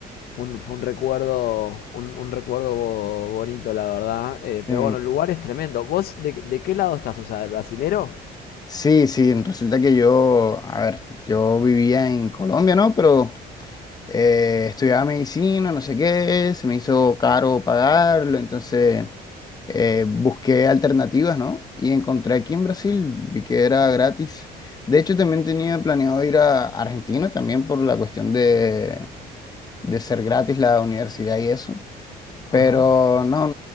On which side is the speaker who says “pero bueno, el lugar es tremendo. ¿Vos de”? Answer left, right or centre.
Left